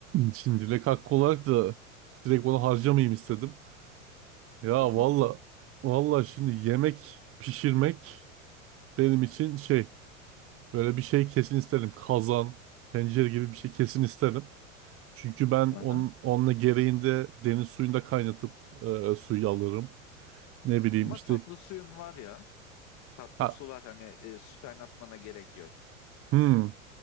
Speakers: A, on the right; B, on the left.
A: Şimdi dilek hakkı olarak da direkt onu harcamayayım istedim. Ya
B: Tamam.
A: valla valla şimdi yemek pişirmek benim için şey böyle bir şey kesin isterim. Kazan, tencere gibi bir şey kesin isterim. Çünkü ben
B: Aha.
A: onun, onunla gereğinde deniz suyunda kaynatıp eee, suyu alırım. Ne bileyim
B: Ama
A: işte
B: tatlı suyun var ya tatlı
A: ha,
B: su var hani e, su kaynatmana gerek yok.
A: hmm.